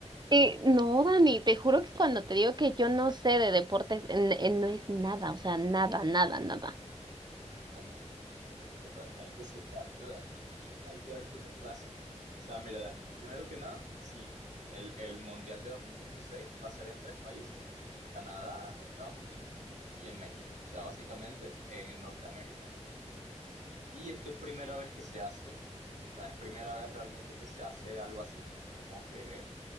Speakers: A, on the right; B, on the right.
A: Eh, no, Dani, te juro que cuando te digo que yo no sé de deportes, en- en- no es nada, o sea, nada, nada, nada.
B: Dani, por Dios, Dani, hay que enseñarte, Dani. Hay que darte una clase. O sea, mira, Dani, primero que nada, sí, el, el Mundial de 2026 va a ser en tres países, en Canadá, Estados Unidos y en México. O sea, básicamente en Norteamérica, ¿no? Y esto es primera vez que se hace, o sea, es primera vez realmente que se hace algo así, como que,